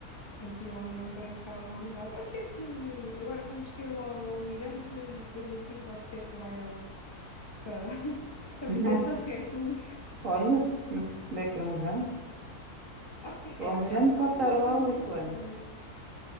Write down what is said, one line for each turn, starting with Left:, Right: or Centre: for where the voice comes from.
Left: Portanto, não, não me parece que ela vá mudar. Pode ser que agora vamos ter lá o Almirante e depois assim pode ser que vá ela para, <laughs> para
Right: <laughs>
Left: Presidente da República.
Right: Olha, daqui a uns anos.
Left: Ah, sim,
Right: O
Left: era
Right: Almirante
Left: melhor do
Right: pode
Left: que o
Right: estar
Left: outro
Right: lá há
Left: maluco
Right: oito
Left: também.
Right: anos.